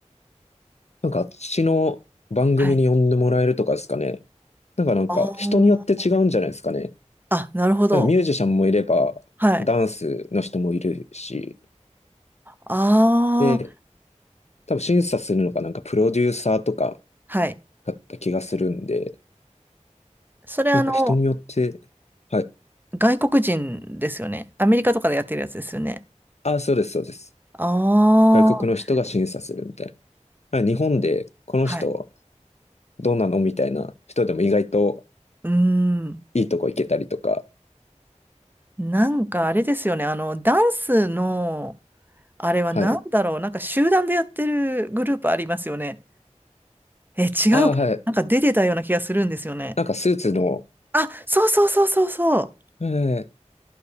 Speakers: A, on the left (about 60°); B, on the right (about 15°).
A: なんかあっちの番組に呼んでもらえるとかですかね。
B: はい。
A: なんかなんか人によって違うんじゃないですかね。
B: ああ、あ、なるほど。
A: なんかミュージシャンもいれば、
B: はい。
A: ダンスの人もいるし、
B: ああ、
A: で、多分審査するのがなんかプロデューサーとか
B: はい。
A: だった気がするんで、
B: それ、あの、
A: なんか人によって、はい。
B: 外国人ですよね。アメリカとかでやってるやつですよね。
A: あ、そうです、そうです。
B: ああ、
A: 外国の人が審査するみたいな。まあ日本でこの人
B: はい。
A: どうなのみたいな人でも意外と
B: うーん。
A: いいとこ行けたりとか。
B: なんかあれですよね。あの、ダンスの、あれは何だろう。
A: はい。
B: なんか集団でやってるグループありますよね。え、違うか。
A: ああ、はい。
B: なんか出てたような気がするんですよね。
A: なんかスーツの、
B: あ、そうそうそうそうそう。
A: えー、